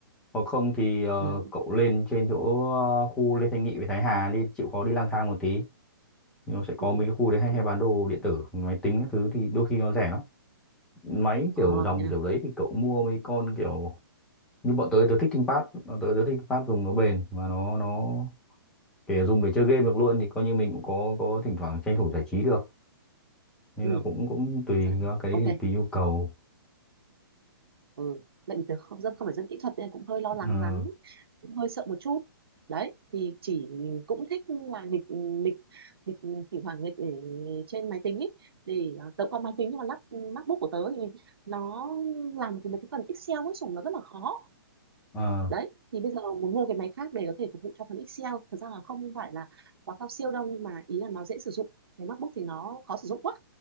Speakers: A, in the centre; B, on the right.
A: hoặc không thì ờ,
B: ừ,
A: cậu lên trên chỗ ờ, khu Lê Thanh Nghị với Thái Hà đi chịu khó đi lang thang một tí nó sẽ có
B: ừ,
A: mấy cái khu đấy hay
B: cũng
A: hay bán đồ điện tử máy tính các thứ thì đôi khi nó rẻ lắm máy
B: ờ
A: kiểu dòng
B: thế à
A: kiểu đấy thì cậu mua mấy con kiểu như bọn tớ tớ thích ThinkPad bọn tớ tớ thích ThinkPad dùng nó bền và nó nó kể dùng để chơi game được luôn thì coi như mình cũng có có thỉnh thoảng tranh thủ giải trí được nên
B: ừ
A: là cũng cũng tùy
B: dạ
A: cái
B: ok
A: đấy thì tùy nhu cầu
B: ừ tại vì tớ không dân không phải dân kỹ thuật nên cũng hơi lo lắng
A: ờ
B: lắm cũng hơi sợ một chút đấy thì chỉ cũng thích là nghịch nghịch nghịch thỉnh thoảng nghịch ở trên máy tính ấy để à, tớ cũng có máy tính nhưng mà lắp ừ, MacBook của tớ thì nó làm cái mấy cái phần Excel với sủng nó rất là khó
A: ờ
B: đấy thì bây giờ muốn mua cái máy khác để có thể phục vụ cho phần Excel thật ra là không phải là quá cao siêu đâu nhưng mà ý là nó dễ sử dụng cái MacBook thì nó khó sử dụng quá